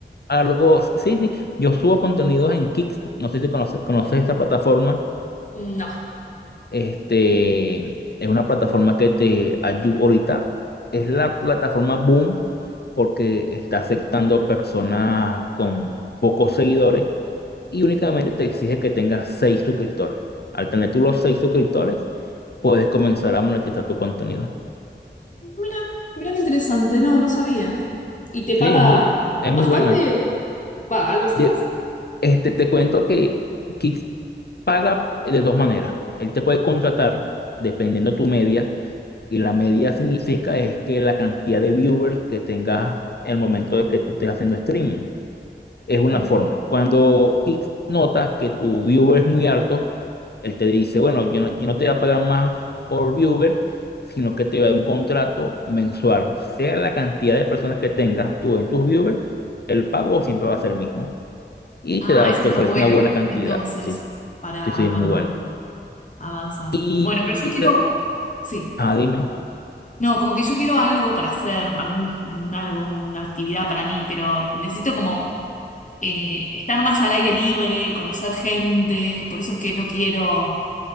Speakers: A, on the left; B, on the left.
A: algo, sí, sí, yo subo contenidos en Kicks, no sé si conoces, conoces esa plataforma.
B: No,
A: Este, es una plataforma que te ayuda ahorita. Es la plataforma Boom porque está aceptando personas con pocos seguidores y únicamente te exige que tengas seis suscriptores. Al tener tú los seis suscriptores, puedes comenzar a monetizar tu contenido.
B: mira, mira qué interesante, no, no sabía. ¿Y te paga
A: Sí, es muy,
B: bastante?
A: es muy buena.
B: Va, ¿algo sacás?
A: De- este, te cuento que Kick paga de dos maneras. Él te puede contratar dependiendo de tu media y la media significa es que la cantidad de viewers que tengas en el momento de que tú estés haciendo streaming. Es una
B: Sí.
A: forma. Cuando Kick nota que tu viewer es muy alto, él te dice, bueno, yo no, yo no te voy a pagar más por viewer, sino que te voy a dar un contrato mensual. Sea la cantidad de personas que tengas tú en tus viewers, el pago siempre va a ser el mismo y
B: Ah,
A: te da,
B: eso
A: te
B: está
A: ofrece
B: bueno.
A: una buena cantidad.
B: Entonces,
A: Sí, sí,
B: para
A: sí, es
B: cuando
A: muy bueno.
B: avanzas.
A: Y,
B: Bueno, pero yo
A: y
B: quiero,
A: la-
B: sí.
A: ah, dime.
B: No, como que yo quiero algo para hacer, algún, un algo, una actividad para mí, pero necesito como eh, estar más al aire libre, conocer gente. Por eso es que no quiero